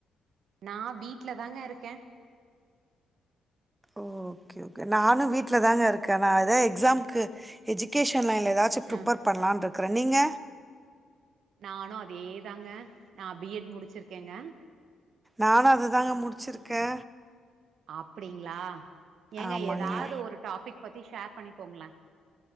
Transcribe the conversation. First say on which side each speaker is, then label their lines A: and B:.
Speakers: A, on the right; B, on the right.
A: நா வீட் வீட்ல தாங்க இருக்கே
B: ஓகே ஓகே நானு வீட்ல தாங்க இருக்கே நா எதா எக்ஸாம்க்கு எஜுகேஷ ன் லைன்லா எதாச்சு ப்ரிப்பர்
A: ஆ
B: பண்ணலான்ரு க்குற நீங்க
A: நானு அதே தாங்க நா பி எ ட் முடிச்சிருக்கேங்க
B: நானு அதுதாங்க
A: அ
B: முடிச்சிருக்கே
A: அப்படிங்களா எங்க
B: ஆமாங்க
A: எதாவ்து ஒரு டாபிக் பத்தி ஷேர் பண்ணி போங்கலா